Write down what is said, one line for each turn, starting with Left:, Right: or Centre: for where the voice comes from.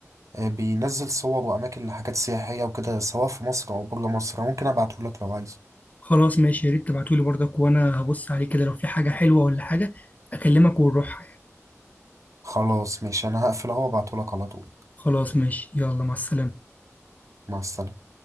Right: آه، بينزل صور واماكن لحاجات سياحيه وكده سواء في مصر او بره مصر ممكن ابعته لك لو عايز
Left: خلاص ماشي يا ريت تبعتولي برضك وانا هبص عليه كده لو في حاجة حلوة ولا حاجة اكلمك ونروح
Right: خلاص ماشي انا هقفل اهو وابعته لك على طول
Left: خلاص ماشي يلا مع السلامة
Right: مع السلامه